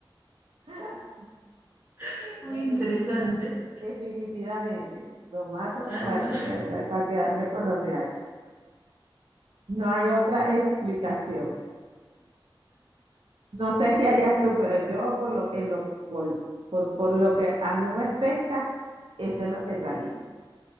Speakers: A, on the right; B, on the right.
A: <laughs>
B: <laughs> Muy
A: Definitiva,
B: interesante.
A: definitivamente. Lo mato
B: Ahí
A: para
B: va.
A: que, para quedarme con los reales. No hay otra explicación. No sé qué harías tú, pero yo por lo, en lo, por, por, por lo que a mí respecta, eso es lo que yo haría.